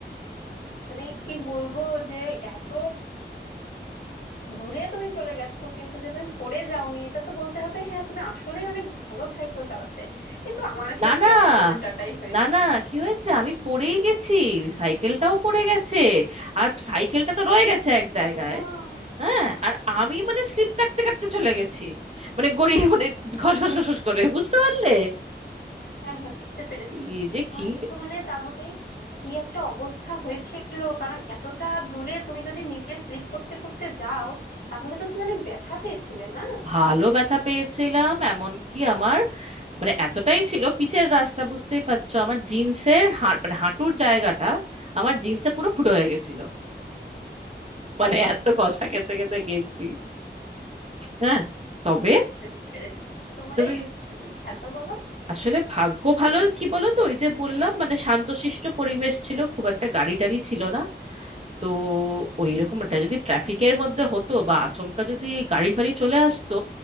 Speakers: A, on the left; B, on the right.
A: মানে কি বলবো যে এত দূরে তুমি চলে গেছো কিন্তু যে তুমি পড়ে যাওনি এটা তো বলতে হবে হ্যাঁ তুমি আসলেই অনেক ভালো সাইকেল চালাতে কিন্তু আমার ক্ষেত্রে
B: না না
A: আবার তো উল্টাটাই হয়েছে
B: না না কি হয়েছে আমি পড়েই গেছি সাইকেলটাও পড়ে গেছে আর সাইকেলটা তো রয়ে গেছে এক জায়গায়
A: আহ,
B: হ্যাঁ আর আমি মানে স্লিপ কাটতে কাটতে চলে গেছি মানে গড়িয়ে মানে ঘস ঘস ঘস ঘস করে বুঝতে পারলে
A: হ্যাঁ হ্যাঁ বুঝতে পেরেছি
B: সে যে
A: হ্যাঁ
B: কি
A: সে তো মানে তাহলে কি একটা অবস্থা হয়েছিল কারণ এতটা দূরে তুমি যদি নিজে স্লিপ করতে করতে যাও তাহলে তো তুমি অনেক ব্যথা পেয়েছিলে না
B: ভালো ব্যথা পেয়েছিলাম এমনকি আমার মানে এতটাই ছিল পিচের রাস্তা বুঝতেই পারছো আমার জিন্সের মানে হাঁটুর জায়গাটা আমার জিন্সটা পুরো ফুটো হয়ে গেছিল মানে এত কষা খেতে খেতে গেছি হ্যাঁ তবে
A: বুঝতে পেরেছি তোমার
B: তবে
A: এই হুম, তারপর বলো
B: আসলে ভাগ্য ভালো কি বলো তো ওই যে বললাম মানে শান্তশিষ্ট পরিবেশ ছিল খুব একটা গাড়ি টাড়ি ছিল না তো ওই রকম এটা যদি ট্রাফিকের মধ্যে হতো বা আচমকা যদি গাড়ি ফাড়ি চলে আসতো